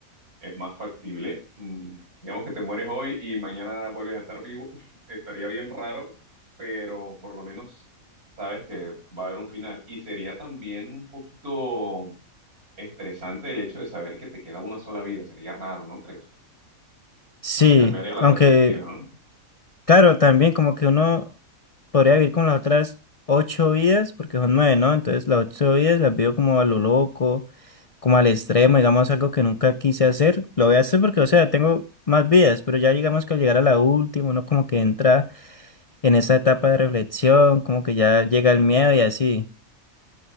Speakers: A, on the right (about 80°); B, on the left (about 60°).
A: es más factible. Mm, Digamos que te mueres hoy y mañana vuelves a estar vivo. <laughs> Estaría bien raro, pero por lo menos sabes que va a haber un final. Y sería también un poquito estresante el hecho de saber que te queda una sola vida. Sería raro, ¿no crees?
B: Sí,
A: Eso te cambiaría la
B: aunque,
A: perspectiva, ¿no?
B: claro, también como que uno podría vivir con las otras ocho vidas, porque son nueve, ¿no? Entonces las ocho vidas las veo como a lo loco, como al extremo, digamos algo que nunca quise hacer. Lo voy a hacer porque, o sea, tengo más vidas, pero ya digamos que al llegar a la última, uno como que entra. en esa etapa de reflexión, como que ya llega el miedo y así.